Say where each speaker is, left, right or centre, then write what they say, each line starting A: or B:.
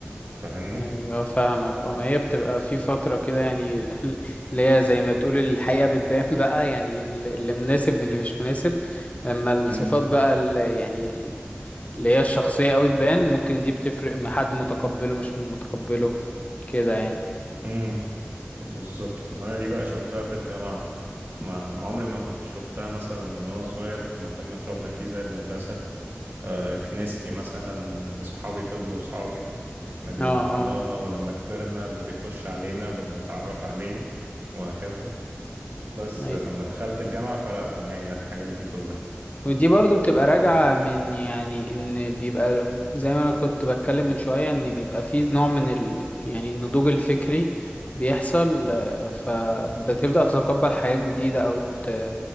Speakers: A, on the right; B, on the left.
A: فاهمني؟
B: ايوه فاهمك اه ما هي بتبقى في فترة كده يعني <laughs> اللي هي زي ما تقول الحقيقة بتبان <laughs> بقى يعني ال- اللي مناسب من اللي مش مناسب لما الصفات
A: امم
B: بقى اللي يعني ال- اللي هي الشخصية اوي تبان ممكن دي بتفرق مع حد متقبله مش متقبله كده يعني
A: امم بالظبط ما انا دي بقى شفتها في الجامعة ما عمري ما كنت شفتها مثلا من وانا صغير في مكان متربي فيه زي المدرسة آه، كنيستي مثلا آه، صحابي فضلوا صحابي من
B: اه
A: حضانة
B: اه
A: ولما كبرنا اللي بيخش علينا بنتعرف عليه وهكذا بس
B: اي
A: لما دخلت الجامعة فرق معايا الحاجات دي كلها
B: ودي برضو بتبقى راجعة من يعني ان بيبقى زي ما انا كنت بتكلم من شوية ان بيبقى فيه نوع من ال يعني النضوج الفكري بيحصل آه، فبتبدأ تتقبل حاجات جديدة او ت...